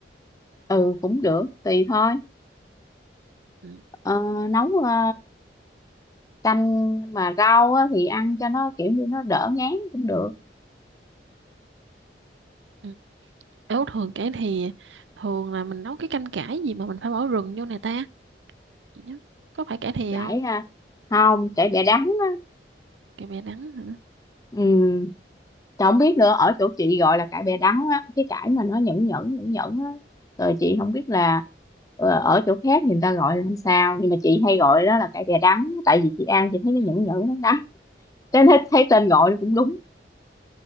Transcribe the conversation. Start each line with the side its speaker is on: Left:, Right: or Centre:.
Left: ừ cũng được tùy thôi
Right: ừ.
Left: ờ, nấu ờ, canh mà rau á, thì ăn cho nó kiểu như nó đỡ ngán cũng được
Right: ừ. Ếu thường cải thìa thường là mình nấu cái canh cải gì mà mình phải bỏ rừng vô này ta chị nhớ có phải cải thìa
Left: cải
Right: không
Left: à, không cải bẹ đắng á
Right: cải bẹ đắng hả
Left: ừ Trời không biết nữa ở chỗ chị gọi là cải bẹ đắng á cái cải mà nó nhẫn nhẫn nhẫn nhẫn á rồi chị không biết là ờ, ở chỗ khác thì người ta gọi là làm sao nhưng mà chị hay gọi đó là cải bẹ đắng tại vì chị ăn chị thấy nó
Right: ừ.
Left: nhẫn nhẫn nó đắng cho nên thấy tên gọi nó cũng đúng